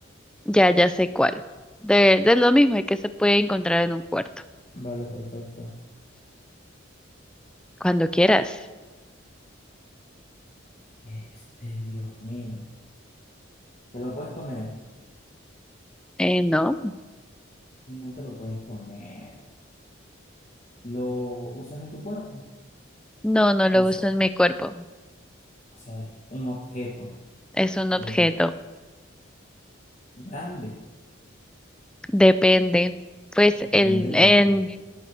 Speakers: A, in the centre; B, on the left (about 35°).
A: Ya, ya sé cuál. De, de lo mismo, y que se puede encontrar en un cuarto,
B: Vale, perfecto.
A: cuando quieras.
B: Este, Dios mío. ¿Te lo puedes poner?
A: Eh, no,
B: No te lo puedes poner. Lo usas en tu cuerpo.
A: no, no lo
B: O, s-
A: uso en mi cuerpo.
B: o sea, es un objeto
A: Es un
B: de
A: objeto.
B: tu grande.
A: Depende. Pues
B: Depende
A: el, en,
B: de que